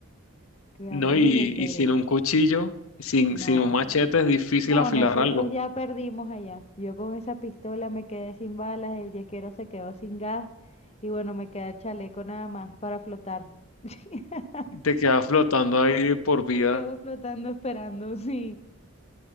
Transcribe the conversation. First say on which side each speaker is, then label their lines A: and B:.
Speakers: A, on the left; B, on the left.
A: crearlas
B: No, y,
A: desde cero.
B: y sin un cuchillo, sin,
A: No,
B: sin un machete
A: no, no.
B: es difícil
A: No,
B: afilar
A: nosotros
B: algo.
A: ya perdimos allá. Yo con esa pistola me quedé sin balas, el yesquero se quedó sin gas y bueno, me queda el chaleco nada más para flotar. <laughs>
B: Te quedas flotando ahí de por vida.
A: Me quedo flotando esperando, sí.